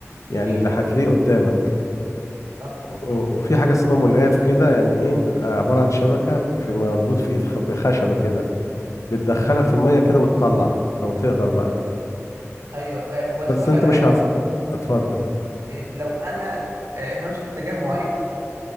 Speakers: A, on the left; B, on the right.
A: يعني
B: اكيد
A: اللي هتلاقيه قدامك
B: صح
A: و- وفي حاجة اسمها ملقاف كده يعني ايه بيبقى عبارة عن شبكة في مربوط في ايد خ- بخشبة كده بتدخلها في المية كده وتطلع لو تقدر بقى
B: ايوه آه، بس
A: بس
B: اقول
A: انت
B: لك حاجه
A: مش هت... اتفضل
B: آه، لو انا آه، همشي في اتجاه معين